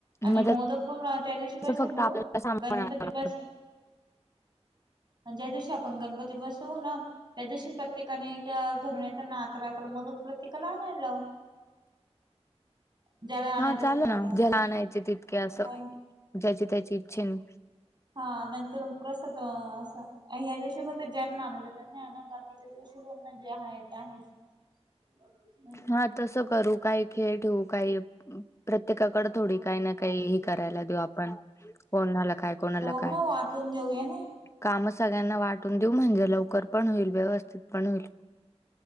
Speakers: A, on the right (about 40°); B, on the left (about 25°).
A: आणि
B: मग त्याच
A: मोदक पण त्या दिवशी काय
B: फक्त
A: सांगू,
B: आपल्याला सामान
A: गणपती
B: आणायला
A: बस आणि ज्या दिवशी आपण गणपती बसवू ना. त्या दिवशी प्रत्येकाने त्या घरून येताना अकरा अकरा मोदक प्रत्येकाला आणायला लाऊ. ज्याला आणायचं
B: हा चालेना
A: असेल त्याने असा
B: ज्याला आणयचे तितके असं,
A: काय
B: ज्याची त्याची इच्छे न.
A: हां नंतर प्रसाद असा आ ह्या दिवशी फक्त ज्यांना आणायचं त्यांनी आणा, बाकीच्या दिवशी पुन्हा जे आहे ते आहेच. <inaudible>
B: हा तसं करू काही खेळ ठेवू, काही प्रत्येकाकडं थोडी काही ना काही. करायला देऊ आपण, कोणाला काय कोणाला
A: हो मग
B: काय.
A: वाटून देऊया ना
B: कामं सगळ्यांना वाटून देऊ, म्हणजे लवकर पण होईल, व्यवस्थित पण होईल.